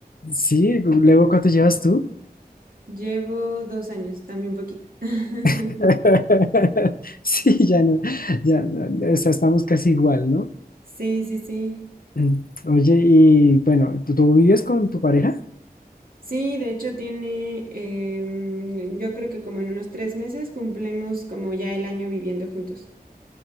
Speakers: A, on the left (about 65°); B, on the right (about 60°).
A: Sí, luego ¿cuánto llevas tú?
B: Llevo dos años, también poquito. <laughs>
A: <laughs> Sí, ya no, ya no, o sea, estamos casi igual, ¿no?
B: Sí, sí, sí.
A: Mm. Oye, y bueno, ¿tú, tú vives con tu pareja?
B: Sí, de hecho tiene, em, yo creo que como en unos tres meses cumplimos como ya el año viviendo juntos.